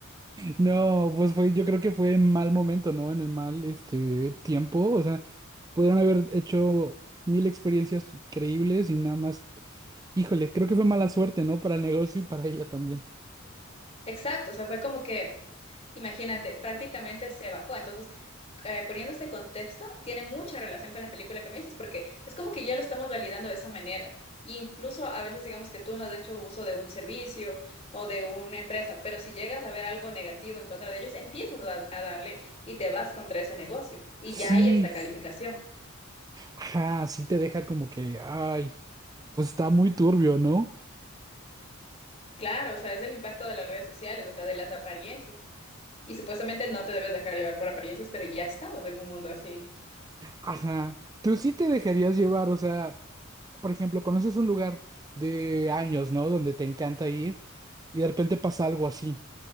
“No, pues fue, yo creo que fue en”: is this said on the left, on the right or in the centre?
Right